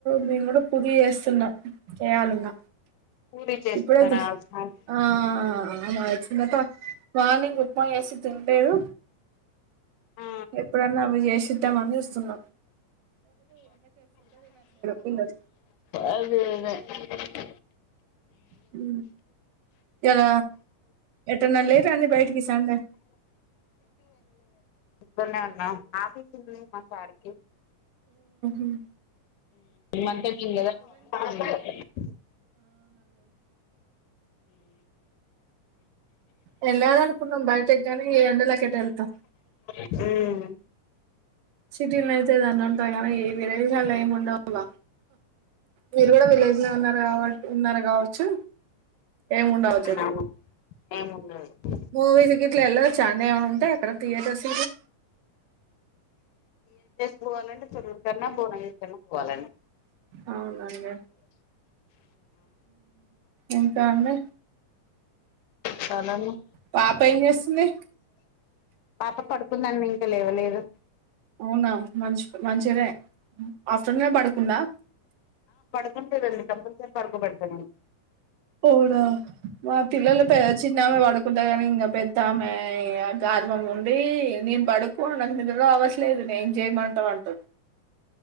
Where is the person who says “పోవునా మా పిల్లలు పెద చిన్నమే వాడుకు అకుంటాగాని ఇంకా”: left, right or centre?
Right